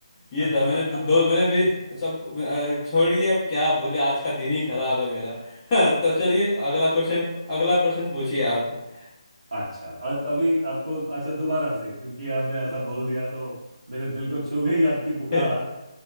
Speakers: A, on the left (about 25°); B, on the right (about 80°).
A: ये
B: <laughs>
A: था मैंने अपनी दो मैंने मेरी सब अ, छोड़िए अब क्या बोलिए आज का दिन ही खराब है मेरा <laughs> तो चलिए अगला क्वेश्चन अगला प्रश्न पूछिए आप <laughs>
B: अच्छा अ- अभी आपको अच्छा दोबारा से क्योंकि आपने ऐसा बोल दिया तो मेरे दिल को छू गई आपकी पुकार
A: हाँ